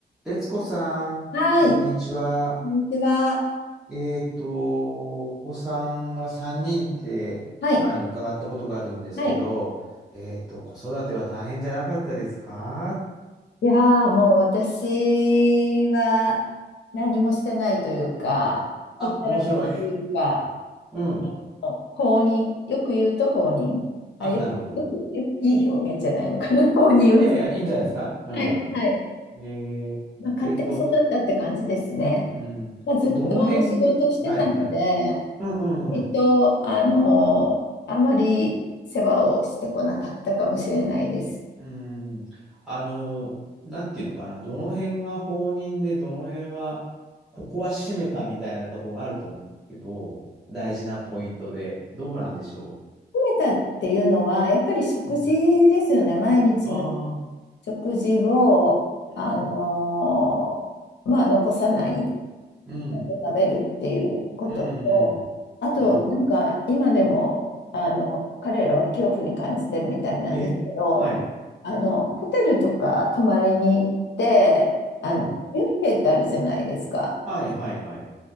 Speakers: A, in the centre; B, on the left.
A: 悦子さん、
B: はい。
A: こんにちは。
B: こんにちは。
A: えっと、お子さんが3人って前に伺ったことがあるんですけど、
B: はい。はい。
A: えっと、子育ては大変じゃなかったですか
B: いやー、もう私は何もしてないというか、
A: あ、
B: ほったらかしというか、
A: 面白い。<laughs> うん。
B: あの放任、よく言うと放任。
A: あ、
B: あ、よく、
A: なるほど。
B: よく、よく、いい表現じゃないのかな、<laughs> 放任は。
A: いやいや、いいんじゃないですかうん。
B: はい、はい。
A: えーえっと、
B: まあ、勝手に育ったって感じですね。
A: うん。
B: まあ、ずっと仕事してたので、
A: どの辺、はい、はい。うん、うんうん。
B: 割と、あの、あまり世話をしてこなかったかもしれないです。
A: うーん、あの、なんていうのかな、どの辺が放任で、どの辺は、ここは閉めたみたいなところがあると思うんですけど、大事なポイントで、どうなんでしょ
B: めたっていうのは、やっぱり食事ですよね。
A: う。うん、
B: 毎日の
A: ああ、
B: 食事を、
A: うん、
B: あのーまあ、残さない、ち
A: うん、
B: ゃんと食べるっていうことと、
A: うん、
B: あと、
A: うん、うん。
B: なんか、今でも、あの、彼らは恐怖に感じてるみたいなんですけど、
A: え、はい、
B: あの、ホテルとか泊まりに行って、
A: うん、
B: あの、ビュッフェってあるじゃないですか。
A: はい、はい、はい、